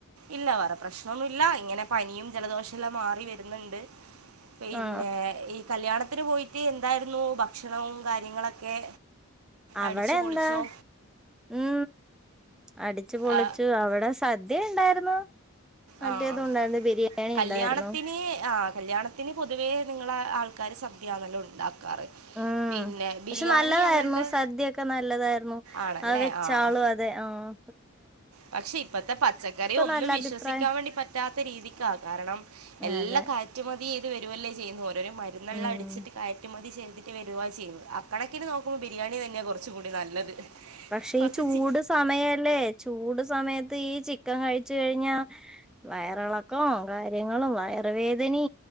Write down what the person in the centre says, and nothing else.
ആ
അവിടെ
എന്താ ഉ അടിച്ചു പൊളിച്ചു
അവിടെ സദ്യ ഉണ്ടായിരുന്നു മറ്റേതും
ഉണ്ടായിരുന്നു ബിരിയാണി
ഉണ്ടായിരുന്നു
ആഹ്
പക്ഷെ നല്ലതായിരുന്നു
സദ്യൊക്കെ നല്ലതായിരുന്നു
ആ വെച്ച
ആളും അ അതെ ആഹ്
നല്ല
അഭിപ്രായം
അതെ
ഉം
പക്ഷെ
ഈ ചൂട്
സമയല്ലേ ചൂട് സമയത്ത് ഈ ചി ചിക്കം കഴിച് കഴിഞ്ഞാ വയറിളക്കോം കാര്യങ്ങളും വയറ വേദനി